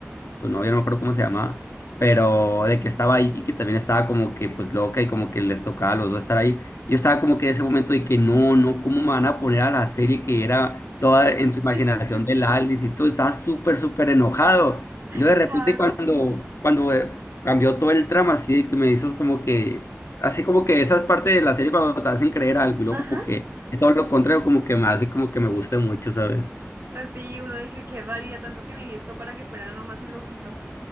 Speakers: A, on the left; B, on the right.
A: su novia, no me acuerdo cómo se llamaba, pero de que estaba ahí y que también estaba como que pues loca y como que les tocaba a los dos estar ahí. Yo estaba como que en ese momento de que no, no, ¿cómo me van a poner a la serie que era toda en su imaginación
B: <laughs>
A: de la Alice y todo? Estaba súper, súper enojado. Y luego
B: claro,
A: de repente cuando, cuando eh, cambió todo el trama, así de que me hizo como que, así como que esas partes de la serie cuando te hacen creer algo y luego
B: ajá.
A: como que es todo lo contrario, como que me hace como que me guste mucho, ¿sabes?
B: Así uno dice, qué rabia, tanto que me vi esto para que fuera nomás un loquito.